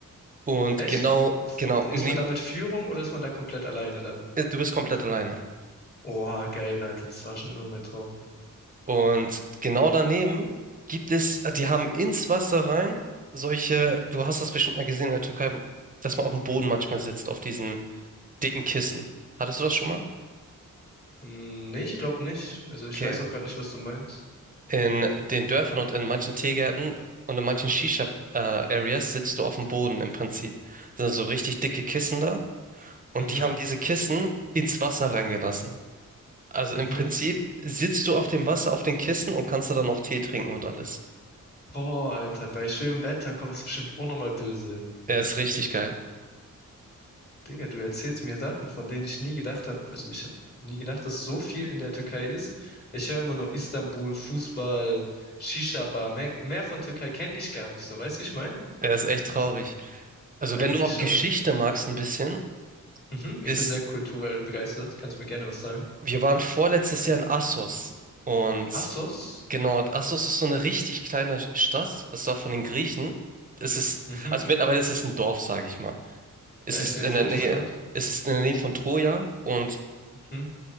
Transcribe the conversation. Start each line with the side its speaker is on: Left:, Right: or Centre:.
Right: Und
Left: echt?
Right: genau, genau,
Left: Ist
Right: und neben,
Left: man da mit Führung oder ist man da komplett alleine dann?
Right: äh, du bist komplett alleine.
Left: Oha, geil, Alter, das war schon immer mein Traum.
Right: Und genau daneben gibt es, die haben ins Wasser rein solche, du hast das bestimmt mal gesehen in der Türkei, wo- dass man auf dem Boden manchmal sitzt, auf diesen dicken Kissen. Hattest du das schon mal?
Left: Hm, nee, ich glaube nicht. Also
Right: Okay,
Left: ich weiß auch gerade nicht, was du meinst.
Right: In den Dörfern und in manchen Teegärten und in manchen Shisha-Areas sitzt du auf dem Boden im Prinzip. Das sind so richtig dicke Kissen da und
Left: Mhm,
Right: die haben diese Kissen ins Wasser reingelassen. Also
Left: mhm.
Right: im Prinzip sitzt du auf dem Wasser, auf den Kissen und kannst da dann auch Tee trinken und alles.
Left: Boah, Alter, bei schönem Wetter kommt's bestimmt auch nochmal böse.
Right: Er ist richtig geil.
Left: Digga, du erzählst mir Sachen, von denen ich nie gedacht habe. Also ich habe nie gedacht, dass so viel in der Türkei ist. Ich höre immer nur Istanbul, Fußball, Shisha-Bar. Mehr, mehr von Türkei kenne ich gar nicht so. Weißt du, wie ich meine?
Right: Er ist echt traurig. Also
Left: Eigentlich
Right: wenn du auch
Left: schon.
Right: Geschichte magst ein bisschen,
Left: Mhm. Ich
Right: ist
Left: bin sehr kulturell begeistert. Kannst mir gerne was sagen.
Right: Wir waren vorletztes Jahr in Assos und
Left: Assos?
Right: genau, Assos ist so eine richtig kleine Stadt. Es war von den Griechen. Es ist,
Left: Mhm.
Right: also mittlerweile ist es ein Dorf, sage ich mal. Es
Left: Ja,
Right: ist
Left: ich sehe
Right: in
Left: Fotos
Right: der Nähe,
Left: gerade.
Right: es ist in der Nähe von Troja und
Left: Mhm.